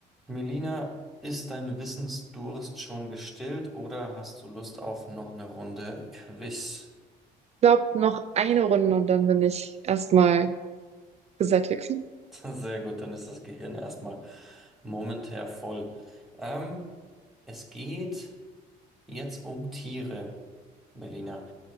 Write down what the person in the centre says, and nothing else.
Melina, ist dein Wissensdurst schon gestillt oder hast du Lust auf noch eine Runde Quiz?
<laughs> Sehr gut, dann ist das Gehirn erstmal momentär voll. Ähm, es geht jetzt um Tiere, Melina.